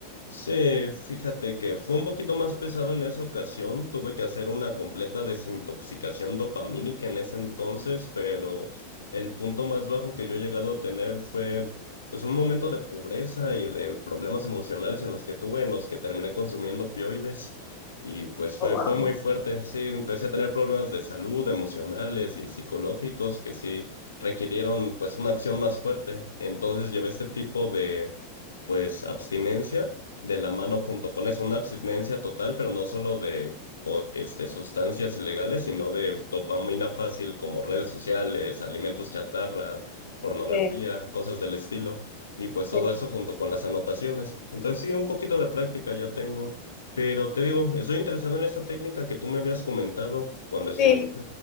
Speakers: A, on the left (about 70°); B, on the left (about 35°).
A: Sí, fíjate que fue un poquito más pesado en esa ocasión. Tuve que hacer una completa desintoxicación dopamínica en ese entonces, pero el punto más bajo que yo he llegado a tener fue pues un momento de pobreza y de problemas emocionales en los que tuve, en los que terminé consumiendo opioides y pues fue
B: Oh, wow.
A: fue muy fuerte. Sí, empecé a tener problemas de salud, emocionales y psicológicos que sí requirieron pues una acción más fuerte. Entonces llevé este tipo de pues abstinencia de la mano junto con eso, una abstinencia total, pero no solo de co- este, sustancias ilegales, sino de dopamina fácil como redes sociales, alimentos chatarra, pornografía,
B: Sí,
A: cosas del estilo, y pues todo
B: sí.
A: eso junto con las anotaciones. Entonces sí, un poquito de práctica ya tengo, pero te digo, estoy interesado en esta técnica que tú me habías comentado cuando estuviste.
B: Sí,